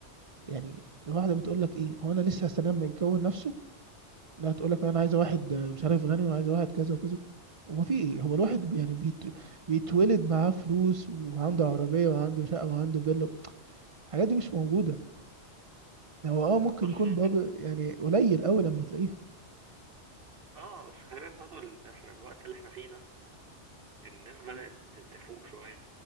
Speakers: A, on the right (about 40°); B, on the right (about 55°).
A: يعني الواحده بتقول لك ايه هو انا لسه هستنى لما يتجوز نفسه لا تقول لك انا عايزه واحد مش عارف غني وعايزه واحد كذا وكذا هو في ايه هو الواحد بي- يعني بيت... بيتولد معاه فلوس وعنده عربيه وعنده شقه وعنده فيلا الحاجات دي مش موجوده هو اه ممكن
B: بس
A: يكون
B: <laughs>
A: باب يعني قليل قوي لما تلاقيها
B: اه بس خلي بالك برضو ال- احنا الوقت اللي احنا فيه ده الناس بدأت تفوق شوية